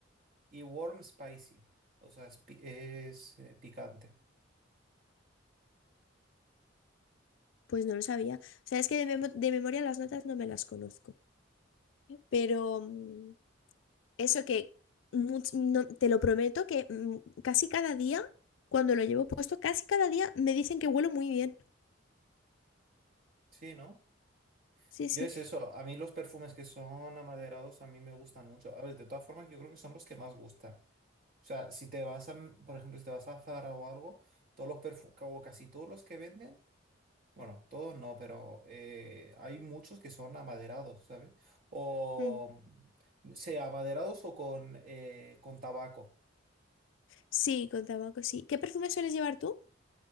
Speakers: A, on the right; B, on the left.
A: Y warm spicy. O sea, es, pi- es, eh, picante.
B: Pues no lo sabía. O sea, es que de, memo- de memoria las notas no me las conozco. Pero mm, eso que much- no- te lo prometo que mm, casi cada día, cuando lo llevo puesto, casi cada día me dicen que huelo muy bien.
A: Sí, ¿no?
B: Sí,
A: Yo
B: sí.
A: es eso. A mí los perfumes que son amaderados a mí me gustan mucho. A ver, de todas formas, yo creo que son los que más gustan. O sea, si te vas a, por ejemplo, si te vas a Zara o algo, todos los perfumes, o casi todos los que venden. Bueno, todos no, pero eh, hay muchos que son amaderados, ¿sabes? O
B: Mm.
A: mm, sea amaderados o con, eh, con tabaco.
B: Sí, con tabaco, sí. ¿Qué perfume sueles llevar tú?